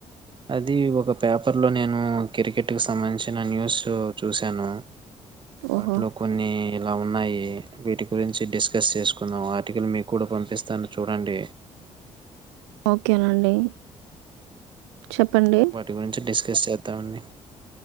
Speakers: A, on the right; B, on the right.
A: అది ఒక పేపర్ లో నేను క్రికెట్ కి సంబంధించిన న్యూస్ చూశాను వాటిలో
B: ఓహో
A: కొన్ని ఇలా ఉన్నాయి వీటి గురించి డిస్కస్ చేసుకున్నాం ఆర్టికల్ మీకు కూడా పంపిస్తాను చూడండి
B: ఓకేనండి చెప్పండి
A: వాటి గురించి డిస్ చేసేస్తా ఉండి